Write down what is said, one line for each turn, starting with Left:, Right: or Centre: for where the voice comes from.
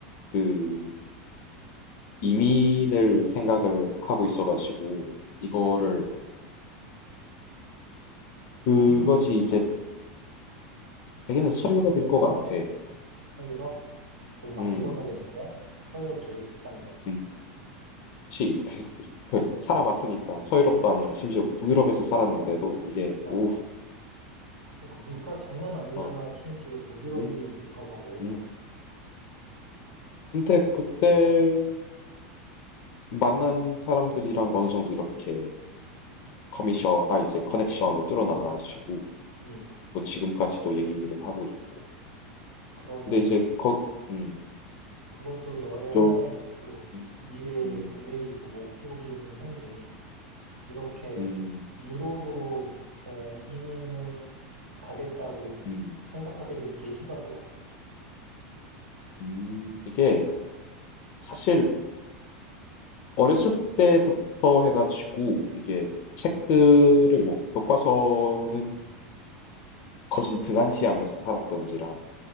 Left: 그 이민을 생각을 하고 있어가지고 이거를
Right: 어,
Left: 그것이
Right: 어디로 이민을
Left: 이제
Right: 가게?
Left: 되게는 서유럽일 것 같아.
Right: 서유럽? 돈 많이
Left: 음.
Right: 벌어야겠는데? 서유럽 되게 비싼데.
Left: 음, 그치. <laughs> 그 살아봤으니까 서유럽도 아니라
Right: 어,
Left: 심지어 북유럽에서 살았는데도 이게
Right: 어.
Left: 오,
Right: 그러니까 물가 장난 아니잖아.
Left: 어,
Right: 심지어 북유럽이면
Left: 음,
Right: 물가가 어우야.
Left: 음. 근데 그때 만난 사람들이랑 어느 정도 이렇게 커미션, 아 이제 커넥션을 뚫어나가가지고
Right: 음.
Left: 뭐 지금까지도 얘기를 하고 있고.
Right: 그러면
Left: 근데 이제 거, 음,
Right: 그것도 너의 하나의
Left: 요,
Right: 또
Left: 음,
Right: 미래의
Left: 음,
Right: 계획이고 목표기는 한데, 이렇게
Left: 음,
Right: 유럽으로 어, 이민을 가겠다고
Left: 음,
Right: 생각하게 된 계기가 뭐야?
Left: 음, 이게 사실 어렸을 때부터 해가지고 이게 책들을 뭐 교과서는 거진 등한시하면서 살았던지라